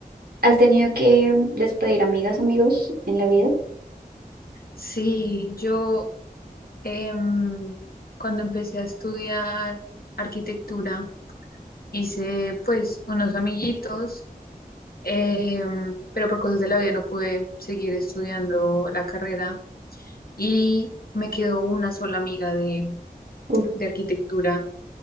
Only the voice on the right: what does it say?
¿Has tenido que despedir amigas, amigos en la vida?
Uf,